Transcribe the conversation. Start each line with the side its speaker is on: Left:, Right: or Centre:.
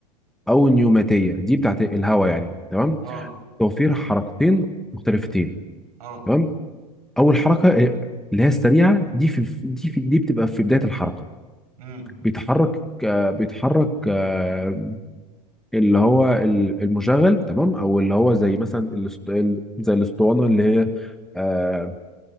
Centre: أو النيوماتية دي بتاعت الهواء يعني تمام
Right: اه
Centre: توفير حركتين مختلفتين
Right: اه
Centre: تمام أول حركة اللي هي السريعة دي في دي في دي بتبقى في بداية الحركة
Right: امم
Centre: بيتحرك آه، بيتحرك آه، اللي هو ال- المشغل تمام او اللي هو زي مثلا الاست... ال- زي الاسطوانه اللي هي آه